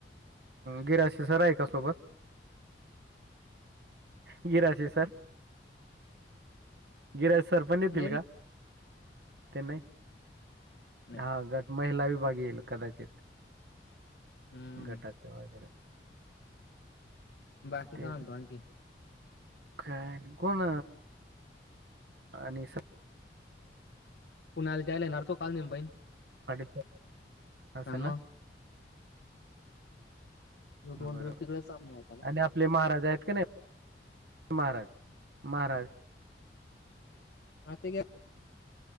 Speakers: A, on the right (about 65°); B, on the left (about 75°).
A: गिरास... ते सर आहे का
B: हम्म.
A: सोबत? गिराशी सर.. गिराशी सर पण येतील
B: नाही
A: का?... ते नाही.
B: नाही
A: हा गट महिला विभाग येईल कदाचित,
B: हम्म
A: गटाच वगैरे.
B: बाकी
A: ते
B: काय म्हणतो आणखी?
A: काय नाही. कोण आणि स
B: पुण्याला जायला येणार तो काल तुम्ही बहीण
A: अडीच अस
B: मग
A: ना
B: तो
A: ह
B: दोन
A: बरोबर
B: दिवस तिकडेच थांबणार होता ना.
A: आणि आपले महाराज आहेत का नाहीत, महाराज, महाराज.
B: आतिगे